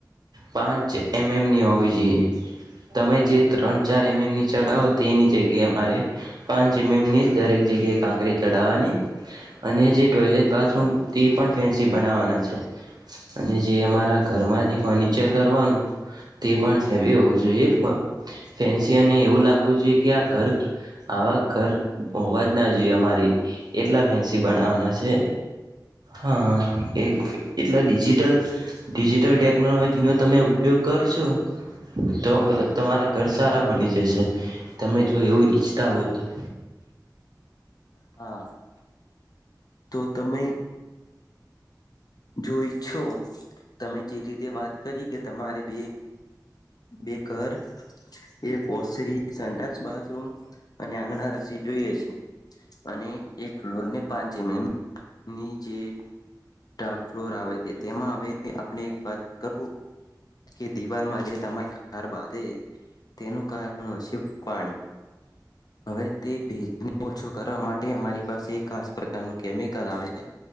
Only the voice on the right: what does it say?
પાંચ એમ એમની હોવી જોઈએ તમે જે ત્રણ ચાર એમ એમની ચડાવો તે એની જગ્યાએ અમારે પાંની દરેક જગ્યાએ કાંકરી ચડાવવાની અને જે ટોયલેટ બાથરૂમ તે પણ ફેન્સી બનાવવાના છે અને જે અમારા ઘરમાં જે ફર્નિચર કરવાનું તે પણ હેવી હોવું જોઈએ ફેન્સી એવું લાગવું જોઈએ કે આ ઘર આવા ઘર હોવા જ ના જોઈએ અમારી એટલા ફેન્સી બનાવવાના છે હા એ એટલા ડિજિટલ ડિજિટલ ટેકનોલોજીનો તમે ઉપયોગ કરશો તો તમારા ઘર સારા બની જશે તમે જો એવું ઈચછ ત હોય તો